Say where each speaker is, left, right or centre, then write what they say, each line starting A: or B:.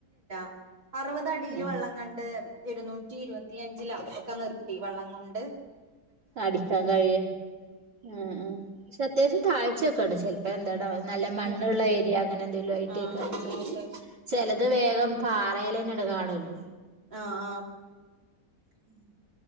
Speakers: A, on the right; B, on the right.
A: <inaudible> അറുപത് അടില്
B: ഉം
A: വെള്ളം കണ്ട് ഇരുന്നൂറ്റി ഇരുപത്തിയഞ്ചില ഒക്കെ നിർത്തി വെള്ളം കൊണ്ട്
B: അടിക്കാൻ കഴിയ ഉം ഉം... പക്ഷെ അത്യാവശ്യം താഴ്തു ചിലപ്പോ എന്താട നല്ല മണ്ണുള്ള
A: ഉം
B: ഏരിയ അങ്ങനെ എന്തെങ്കിലും ആയിട്ട
A: ആഹ് അങ്ങനായിട്ട്
B: <unintelligible> ചിലത് വേഗം പാറേല് തന്നെ കാണുവല്ലോ
A: ആ ആ
B: ഊ